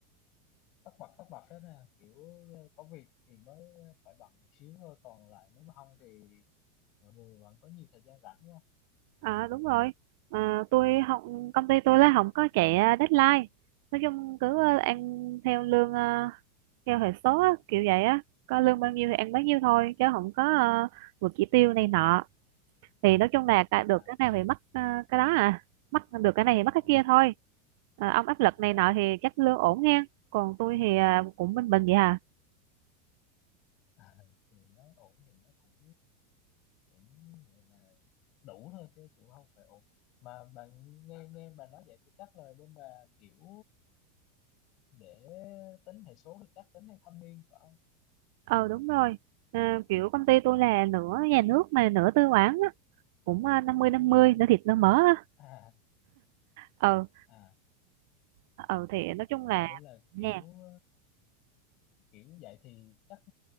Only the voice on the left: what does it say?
tất bật tất bật hết nè kiểu có việc thì mới phải bận một xíu thôi còn lại nếu mà không thì mọi người vẫn có nhiều thời gian rảnh đúng không
à,
à,
ừ.
à.
À, thì nó ổn thì nó cũng cũng gọi là đủ thôi chứ cũng không phải ổn mà bạn nghe nghe bà nói vậy thì chắc là bên bà kiểu để tính hệ số thì chắc tính theo thâm niên phải không
à
à
vậy nên là
kiểu kiểu vậy thì chắc